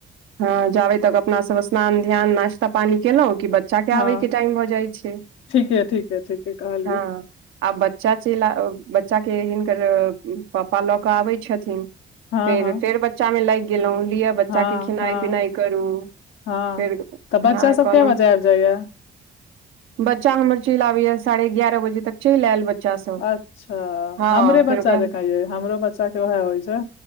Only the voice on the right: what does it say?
हँ जाबे तक अपना सब स्नान ध्यान नाश्ता पानी केलहुँं बच्चा के
टाइम भऽ जाइ छै
हँ आब बच्चा च बच्चा हिनकर पापा लऽ कऽ आबै छथिन
फेर
फेर बच्चा में लागि गेलहुँ लिअ बच्चा
के खेनाइ
पिनाइ करू
फेर
ह
कहलहु
बच्चा हमर चलि आबैएा साढ़े एारह बजे तक चलि आयल बच्चा सब
हँ
फेर
ओकरा